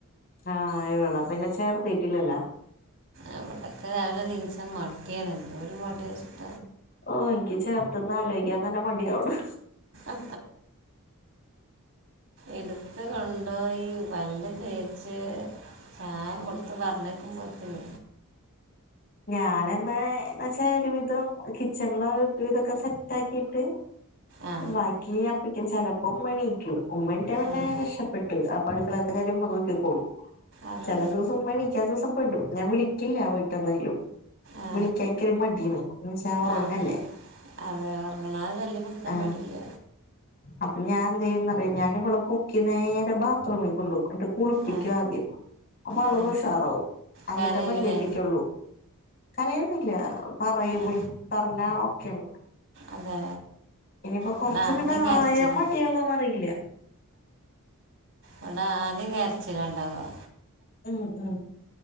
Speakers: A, on the left; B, on the right.
A: ആഹ് അയവെള്ളപ്പ പിന്നെ ചേർത്തീട്ടില്ലല്ലോ
B: അവിടൊക്കെ രാവിലെ നീൻച്ച മടിയാണ് എന്തോ ഒരു മട വെച്ചിട്ട
A: ഓ എനിക്ക് ചേർത്ത്ന്ന് ആലോചിക്കാൻ തന്നെ മടിയാവണ്
B: അ എടുത്ത കൊണ്ട്യി പല്ല് തേച്ച് ചായ കൊടുത്ത് പറഞ്ഞേക്കുമ്പോത്തിന
A: ഞാന എന്താ എന്ന വച്ചാ ഒരു ഇ കിച്ചണില ഇതൊക്കെ സെറ്റ് ആക്കിട്ട്
B: ആ
A: ബാക്കി ചിലപ്പം എണിക്കൂം ഉമ്മ എണ്ണീറ്റുകഴിഞ്ഞാൽ
B: അതെ
A: രക്ഷപ്പെട്ടു ആ പഠിക്കലത്ത കാര്യം നോക്കിക്കോളൂം
B: അതെ
A: ചില ദിവസം ഉമ്മ എണ്ണീക്കാത്ത ദിവസം ഉണ്ടു ഞാൻ വിളിക്കില്ല വീട്ടെന്തായലും
B: ആ
A: വിളിക്കാൻ എനിക്കരു മടിയാണ് എന്നു വച്ചാ ഉറങ്ങല്ലേ.
B: ആ അതെ ഉറങ്ങണത് ശല്യപ്പെടുത്താൻ
A: ആ
B: പാടില്ല
A: അപ്പൊ ഞാൻ എന്ത് ചെയ്യുമെന്നറിഞ്ഞ ഞാൻ ഇവളെ പൊക്കി നേരെ ബാത്റൂമിൽ കൊണ്ടോകും എന്നിട്ട് കുളിപ്പിക്ക
B: ആ
A: ആദ്യം. അപ്പൊ അവളങ്ങ്
B: ആ
A: ഉഷാറാവും എന്നിട്ട്
B: കരയൂലേ
A: പല്ലുതേപ്പിക്കുള്ളൂ. കരയത്തില്ല പറയൂ
B: ആ
A: വിളി പറഞ്ഞാ ഓക്കെയാണ്
B: അതെ
A: ഇനിയിപ്പോ കൊറച്ചങ്ങട്ട്
B: ഇവിടെ ആദ്യം കരച്ചില്
A: ആയാ മതിയാവോന്നറിയില്ല
B: ഇവിട ആദ്യം കര ചിലാണുണ്ടാവുക
A: ഉം ഉം